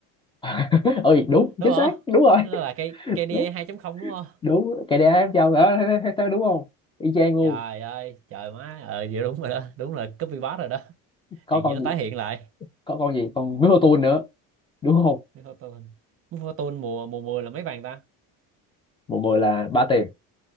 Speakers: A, on the left (about 15°); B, on the right (about 40°).
A: <laughs> ơi đúng
B: đúng
A: chính
B: không
A: xác đúng rồi
B: nó là
A: <laughs>
B: cái KDA
A: đúng
B: 2.0 đúng không
A: đúng cái đá em châu đó thấy, thấy, thấy <laughs> đúng không y chang luôn
B: trời ơi trời má ờ vậy đúng rồi đó đúng là copy paste rồi đó
A: có
B: hàng
A: con
B: gì nó
A: gì
B: tái hiện lại
A: có con gì con Minotaur nữa đúng không
B: Cái Fortune nước Fortune mùa mùa 10 là mấy vàng ta
A: mùa 10 là ba tiền